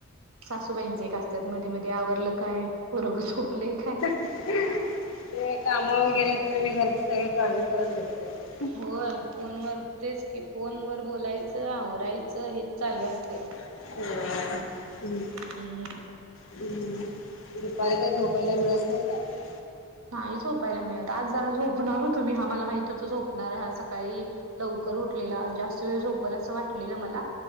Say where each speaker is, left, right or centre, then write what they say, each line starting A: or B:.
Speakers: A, on the right; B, on the left.
A: सासूबाईंच एक का असत्याात मध्ये मध्ये आवरलं काय? पूरग झोपलेख आहे.
B: ते कामावर गेलं तर मी घरची सगळ काळजी करून घेेततो.
A: होय फोनवर तेच की फोन व बोलायचं आवरायचं. च हे चालू असतय.
B: होय हम्
A: हम्ममम
B: हम्म दुपारी काय झोपायला मिळत नाही. काय नाही.
A: नाही झोपायला मिळत आज जरा झोपणार होतो मी हा मला माहित होत झोपणाराय हा सकाळी लवकर उठलेला जास्त वेळ झोपल असं वाटलेलं मला